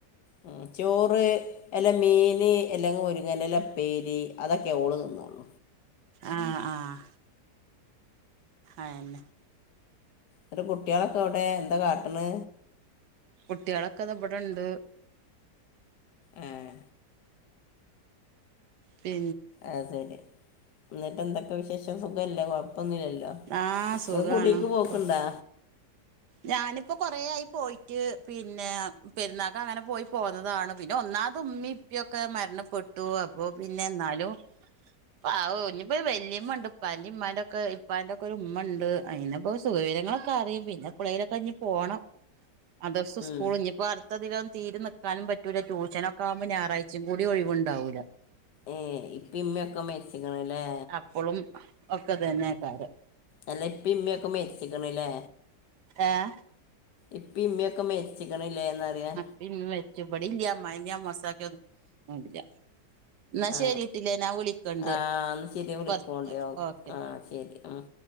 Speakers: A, on the left; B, on the right.
A: ഉം ചോറ് എല്ലാം മീന് എല്ലാം മുരിങ്ങണ്ടില അപ്പേരി അതൊക്കെ ഓള് തിന്നോള്ളൂ
B: ആഹ് ആഹ് ആയിമ്മേ
A: എന്നട്ട് കുട്ടികളൊക്കെ എവിടേ എന്താ കാട്ടണ്?
B: കുട്ടികളക്കത ഇവിടെണ്ട്
A: ഏ
B: പി
A: അ ശരി. എന്നിട്ട് എന്തൊക്കെ വിശേഷം, സുഖല്ലേ? ഒന്നില്ലല്ലോ.
B: ആഹ്
A: നിങ്ങള്
B: സുഖാണ്
A: കൂട്ടേക്ക് പോക്ക്ണ്ടാ?
B: കൊ ഞാനിപ്പോ കൊറേ ആയി പോയിട്ട്. പിന്നെ, പെരുന്നാക്കങ്ങനെ പോയി പോന്നതാണ്. പിന്നെ ഒന്നാമത് ഉമ്മി ഉപ്യോക്കെ മരണപ്പെട്ടു. അ ഓ പിന്നെ ന്നാലും, അഹു ഇനിയിപ്പോ വലയമ്മ ണ്ട്. <unintelligible> ഇപ്പാന്റെ ഒക്കെ ഒരു ഉമ്മ ണ്ട്. അയിനിപ്പോ സുഖവിരങ്ങളൊക്കെറിയും. പിന്നെ എപ്പളെങ്കിലൊക്കെ ഞ് പോണം. <unintelligible>
A: ഉം
B: സ്കൂൾ ഇഞ്ഞപ്പ അട കധികം തീരെ നിൽക്കാനും പറ്റൂല. ടൂഷനൊക്കെ ആകുമ്പോ ഞായറാഴ്ചേ കൂടി ഒഴിവുണ്ടാവൂല്ല.
A: ഏഹ് ഇപ്പി മ്മി ക്കെ മരീച്ചിക്കണല്ലേ.
B: പ്പൊളും ഒക്കെ തന്നെ കാരം.
A: അല്ലെ ഇപ്പി ഇമ്മി ഒക്കെ മരിച്ചക്കണല്ലേ.
B: ഏഹ്.
A: ഇപ്പ ഇമ്മി യൊക്കെ മരിച്ചക്കണുല്ലേ എന്ന പറയാ.
B: പ്പി മ്മി മരിച്ചു. ഇബാടില്ല അമ്മായിമ്മീം അമ്മോസാക്കയൊന്നും ഇല്ല. ന്നാ
A: ആ
B: ശരിട്ടില്ലേ. ഞാൻ വിളിക്കണ്ട്.
A: ആ എന്നാൽ ശരി വിളിക്കോണ്ട്
B: കൊറ്ച്
A: ഓ
B: ഓക്കെ.
A: ആ ശരി ഉം